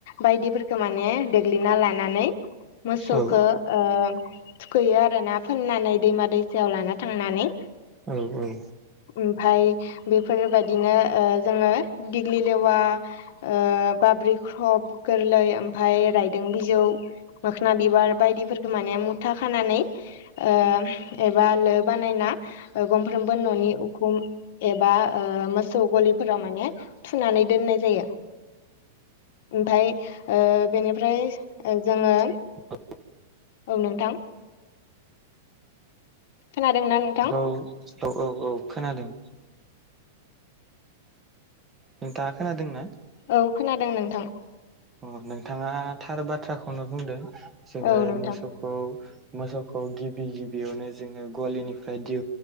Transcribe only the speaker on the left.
बायदिफोरखौ माने गोलिना लानानै मोसौखो
ओ थुखैयो आरो ना फोननानै दैमा दैसायाव लाना थांनानै
ओमफाय बेफोरबायदिनोओ जोङो दिग्लिलेवा ओ बाब्रि ख्रब गोरलै ओमफ्राय राय दोंबिजौ मोखोन बिबार बायदिफोरखौ माने मुथा खानानै ओ एबा लो बानायना सानफ्रोमबो न'नि उखुम एबा मोसौ गलिफोराव माने थुनानै दोननाय जायो ओमफ्राय ओ बेनिफ्राय जोङो
औ नोंथां। खोनादोंना नों
औ खोनादों नोंथां।
औ नोंथां